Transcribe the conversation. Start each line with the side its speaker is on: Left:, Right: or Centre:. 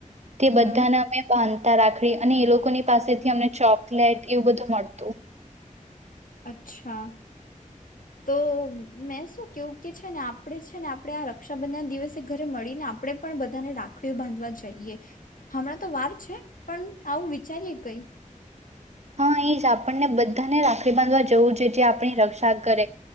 Right: તે
Left: હમ
Right: બધાને અમે પાંધ રાખડી અને એ લોકો ને પાસેથી અમને ચોપ ટ એવું બધું મળતું.
Left: અચ્છા તો મેં શું કેવું કે છે ને આપણે છે ને આપણે આ રક્ષાબંધન દિવસે ઘરે મળીને આપણે પણ બધાને રાખડીઓ બાંધવા જઈએ હમણાં તો વાર છે પણ આવું વિચારીએ કઈ
Right: હા એ જ આપણને બધાને રાખડી બાંધવા જવું જોઈએ જે આપણી રક્ષા કરે